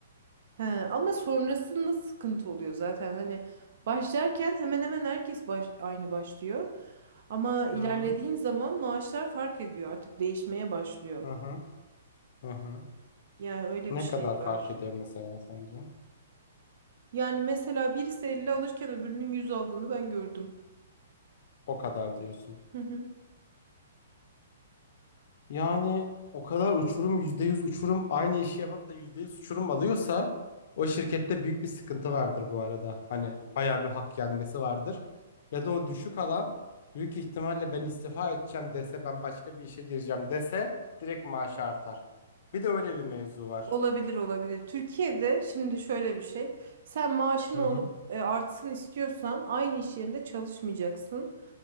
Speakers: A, on the right; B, on the left.
A: He, ama sonrasında sıkıntı oluyor zaten hani başlarken hemen hemen herkes baş, aynı başlıyor. Ama ilerlediğin
B: Hı hı
A: zaman maaşlar fark ediyor artık değişmeye başlıyor.
B: hı hı. hı hı.
A: Yani öyle
B: Ne
A: bir şey
B: kadar
A: var.
B: fark ediyor mesela sence?
A: Yani mesela birisi 50 alırken öbürünün 100 aldığını ben gördüm.
B: O kadar diyorsun.
A: Hı hı.
B: Yani o kadar uçurum %100 uçurum aynı işi yapıp da %100 uçurum alıyorsa o şirkette büyük bir sıkıntı vardır bu arada. Hani bayağı bir hak yenmesi vardır. Ya da o düşük alan büyük ihtimalle ben istifa edeceğim dese ben başka bir işe gireceğim dese direkt maaşı artar. Bir de öyle bir mevzu var.
A: Olabilir olabilir. Türkiye'de şimdi şöyle bir şey. Sen maaşın
B: Hı
A: ol-
B: hı.
A: e, artsın istiyorsan aynı iş yerinde çalışmayacaksın.